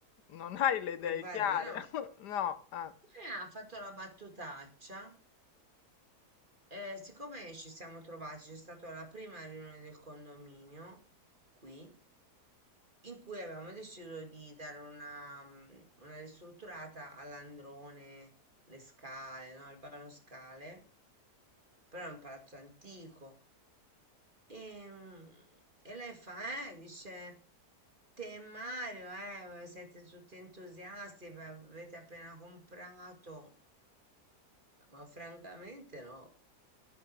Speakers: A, on the left (about 80°); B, on the right (about 30°).
A: Non <laughs> hai le idee
B: Mi pare
A: chiare.
B: di no.
A: <laughs> No, eh.
B: Eh, ha fatto la battutaccia. eh, siccome ci siamo trovati, c'è stata la prima riunione del condominio qui, in cui avevamo deciso di dare una, mm, una ristrutturata all'androne, le scale, no? Al vano scale, però è un palazzo antico. E, mm, e lei fa, eh, dice, te e Mario, eh, siete tutti entusiasti, beh, avete appena comprato, ma francamente no,